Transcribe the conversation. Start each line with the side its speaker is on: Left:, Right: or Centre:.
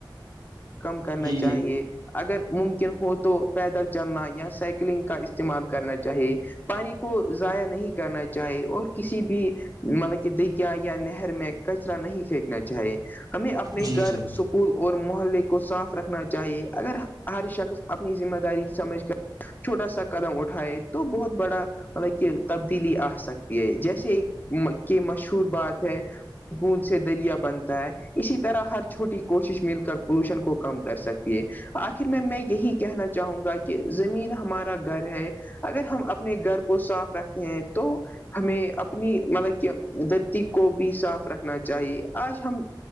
Left: کم کرنا
Right: جی جی
Left: چاہیے اگر ممکن ہو تو پیدل چلنا یا سائیکلنگ کا استعمال کرنا چاہیے پانی کو ضائع نہیں کرنا چاہے اور کسی بھی مطلب کہ دریا یا نہر میں کچرا نہیں پھینکنا چاہے ہمیں اپنے
Right: جی
Left: گھر
Right: جی
Left: سکول اور محلے کے کو صاف رکھنا چاہیے اگر ہر شخص اپنی ذمہ داری سمجھ کر چھوٹا سا قدم اٹھائے تو بہت بڑا مطلب کہ تبدیلی آ سکتی ہے جیسے کہ مشہور بات ہے بوند سے دریا بنتا ہے اسی طرح ہر چھوٹی کوشش مل کر پولوشن کو کم کر سکتی ہے آخر میں میں یہی کہنا چاہوں گا کہ زمین ہمارا گھر ہے اگر ہم اپنے گھر کو صاف رکھتے ہیں تو ہمیں اپنی مطلب کہ دھرتی کو بھی صاف رکھنا چاہیے آج ہم